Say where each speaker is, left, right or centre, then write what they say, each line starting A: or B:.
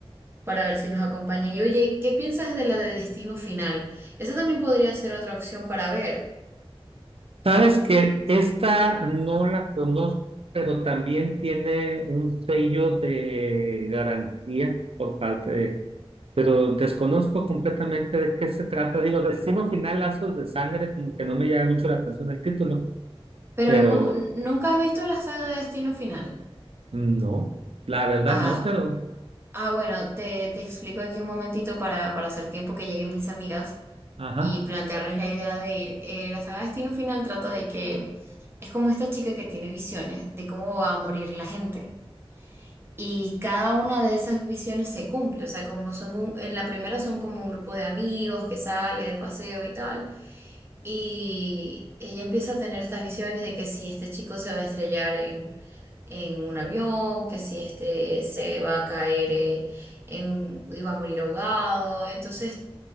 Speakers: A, on the right; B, on the right.
A: para ver si nos acompañan. Y oye, ¿qué piensas de la de Destino Final? Esa también podría ser otra opción para ver.
B: Sabes que esta no la conozco, pero también tiene un sello de garantía por parte de... Pero desconozco completamente de qué se trata. Digo, Destino Final, Lazos de Sangre, como que no me llama mucho la atención el título,
A: Pero
B: pero
A: nu- nunca has visto la saga de Destino Final.
B: no, la verdad
A: Ah,
B: no, pero...
A: ah, bueno, te, te explico aquí un momentito para, para hacer tiempo que lleguen mis amigas.
B: Ajá.
A: y plantearles la idea de ir. Eh, la saga Destino Final trata de que es como esta chica que tiene visiones de cómo va a morir la gente. Y cada una de esas visiones se cumple, o sea, como son, un- en la primera son como un grupo de amigos que sale de paseo y tal, y ella empieza a tener estas visiones de que si este chico se va a estrellar en, en un avión, que si este se va a caer eh, en, y va a morir ahogado, entonces